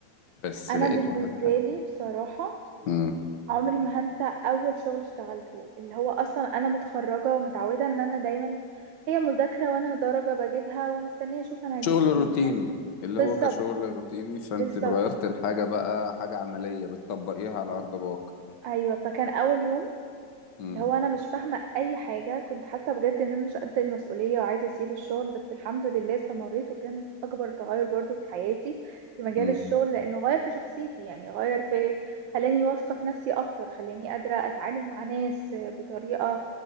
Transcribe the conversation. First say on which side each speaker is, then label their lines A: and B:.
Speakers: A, on the left; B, on the right.
A: بس
B: انا
A: لقيته
B: بالنسبه
A: حاجة
B: لي بصراحه
A: حلوة
B: عمري ما هنسى اول شغل اشتغلته اللي هو اصلا انا متخرجه ومتعوده ان انا دايما هي مذاكره وانا درجه بجيبها ومستنيه اشوف انا هجيب
A: شغل روتيني
B: كام يعني
A: اللي
B: بالظبط
A: هو كشغل روتيني فانت
B: بالظبط
A: اتغيرت الحاجة بقى حاجة عملية بتطبقيها على أرض الواقع
B: ايوه فكان اول يوم
A: امم
B: اللي هو انا مش فاهمه اي حاجه كنت حاسه بجد ان انا مش قد المسؤوليه وعايزه اسيب الشغل بس الحمد لله استمريت وكان اكبر تغير برضو في حياتي في مجال
A: امم
B: الشغل لانه غير في شخصيتي يعني غير في خلاني واثقه في نفسي اكتر خلاني قادره اتعامل مع ناس بطريقه